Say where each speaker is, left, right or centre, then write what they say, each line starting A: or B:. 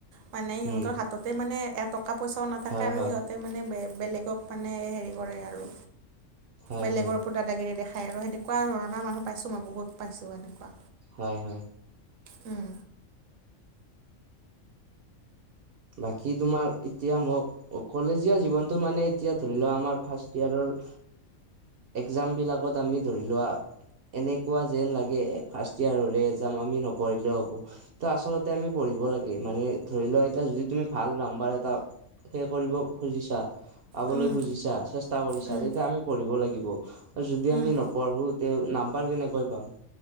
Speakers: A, on the right; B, on the right.
A: মানে সিহঁতৰ
B: উম
A: হাততে মানে এটকা পইচাও নাথাকে
B: হয়
A: আৰু
B: হয়
A: সিহঁতে মানে বে, বেলেগক মানে হেৰি কৰে আৰু
B: হয়
A: বেলেগৰ
B: হয়
A: ওপৰত দা- দা গিৰি দেখায় আৰু সেনেকুৱা ধৰনৰ মানুহ পাইছোঁ মই বহুত পাইছোঁ এনেকুৱা।
B: হয় হয়।
A: উম।
B: বাকী তোমাৰ এতিয়া মো- অ কলেজীয়া জীৱনতটো মানে এতিয়া ধৰিলোৱা আমাৰ ফাৰ্ষ্ট ইয়াৰৰ এক্সামবিলাকত আমি ধৰি লোৱা এনেকুৱা যেন লাগে এ ফাৰ্ষ্ট ইয়াৰৰে এক্সাম আমি নপঢ়িলেও হ'ব। তো, আচলতে আমি পঢ়িব লাগে মানে ধৰি লোৱা। এতিয়া যদি তুমি ভাল নাম্বাৰ এটা সেই কৰিব খুজিছা, পাবলৈ
A: উম,
B: খুজিছা, চেষ্টা কৰিছা
A: উম,
B: তেতিয়া আমি পঢ়িব লাগিব। আৰু যদি আমি
A: উম,
B: নপঢ়ো তে নাম্বাৰ কেনেকৈ পাম?